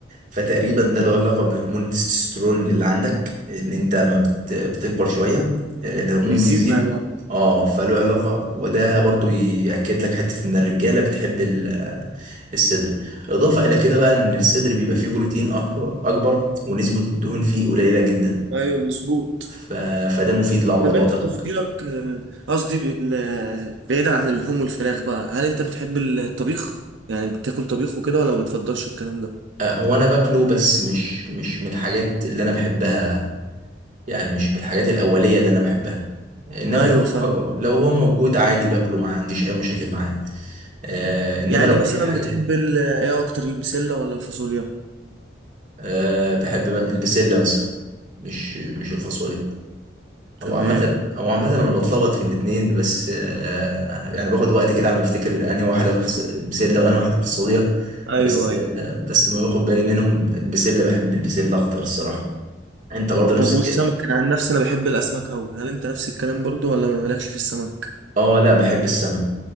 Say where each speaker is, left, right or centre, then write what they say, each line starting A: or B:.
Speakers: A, on the right; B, on the right.
A: فتقريبا ده له علاقة بهرمون التستوستيرون اللي عندك ان انت ما بت... بتكبر شوية آه، الهرمون
B: بيزيد
A: بيزيد
B: مع الوقت
A: اه فله علاقة وده برضو يأكد لك حتة ان الرجالة بتحب ال- الصدر اضافة الى كده بقى ان الصدر بيبقى فيه بروتين اكبر اكبر ونسبة الدهون فيه قليلة جدا
B: ايوه مظبوط
A: ف... فده مفيد لعضلاتك
B: طب انت تفضيلك آه، قصدي بال- آه، بعيدا عن اللحوم والفراخ بقى هل انت بتحب الطبيخ يعني بتاكل طبيخ وكده ولا ما بتفضلش الكلام ده
A: آه، وانا باكله بس مش مش من الحاجات اللي انا بحبها يعني مش من الحاجات الاوليه اللي انا بحبها انما
B: ايوه
A: لو
B: فاهم
A: هو لو هو موجود عادي باكله ما عنديش اي مشاكل معاه آه انما
B: يعني
A: لو
B: مثلا
A: اي حاجه
B: بتحب ال- آه، ايه اكتر البسلة ولا الفاصوليا
A: آه بحب م- البسله مثلا مش مش الفاصوليا او
B: تمام
A: عامه او عامه انا بتلخبط في الاتنين بس آه يعني باخد وقت كده على ما افتكر انهي واحده بفس- بسله وانهي واحده فاصوليا
B: ايوه
A: بس
B: ايوه
A: آه بس ما باخد بالي منهم البسله بحب البسله اخضر الصراحه انت برضه نفس
B: طب والسمك
A: الكلام
B: انا عن نفسي انا بحب الاسماك قوي هل انت نفس الكلام برضو ولا ما مالكش في السمك
A: اه لا بحب السمك